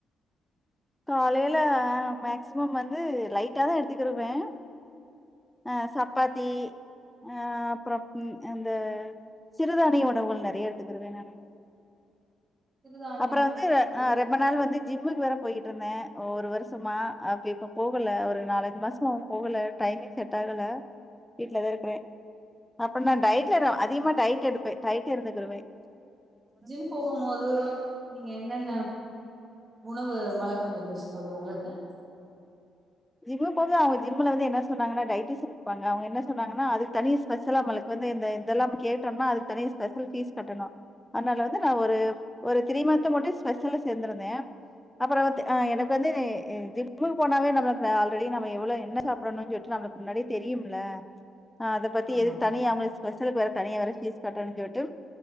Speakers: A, in the centre; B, on the right.
A: காலையில மேக்சிமம் வந்து லைட்டா தா எடுத்துக்கிருவன் ஆ சப்பாத்தி ஆ அப்புறம் இந் அந்த சிறுதானிய உணவுகள் நறையா எடுத்துக்கிருவன் நானு
B: சிறுதானியம்
A: அப்புறம் வந்து ஆ
B: எது?
A: ரெம்ப நாள் வந்து ஜிம்முக்கு வேற போயிட் டுருந்தன் ஒரு வருஷமா அப்ப இப்ப போகல ஒரு நாலஞ்சி மாசமா ஆவும் போகல டைமே செட்டாகல வீட்லதா இருக்கிறே அப்புறம் நா டயட்லா நா அதிகமா டயட் எடுப்பே டையட் இருந்துக்கிருவன்
B: ஜிம் போகுமோதோ நீங்க என்னன்ன உணவு வழக்கம் இருந்துச்சி தோழி ஒங்களுக்கு
A: ஜிம்மு ஃபுட்தா அவங்க ஜிம்ல வந்து என்ன சொன்னாங்கன்னா டைட்டீஷியன் இருப்பாங்க அவங்க என்ன சொன்னாங்கன்னா அது தனி ஸ்பெஷலா நம்மளுக்கு வந்து இந்த இதெல்லாம் நம்ம கேட்டோன்னா அதுக்கு தனியா ஸ்பெஷல் ஃபீஸ் கட்டணும் அதனால வந்து நா ஒரு ஒரு த்ரி மந்த்து மட்டும் ஸ்பெஷல்ல சேந்துருந்தே அப்புறம் வத்து ஆ எனக்கு வந்து ஜிம்மு போனாவே நம்ம ல ஆல்ரெடி நம்ம எவ்ளோ என்ன சாப்பறணுன்னு சொல்ட்டு நம்மளுக்கு முன்னாடியே தெரியும் இல்ல ஆ அத பத்தி
B: ஆமா
A: எதுக்கு தனியா அவங்களுக்கு ஸ்பெஷலுக்கு வேற தனியா வேற ஃபீஸ் கட்டணு சொல்ட்டு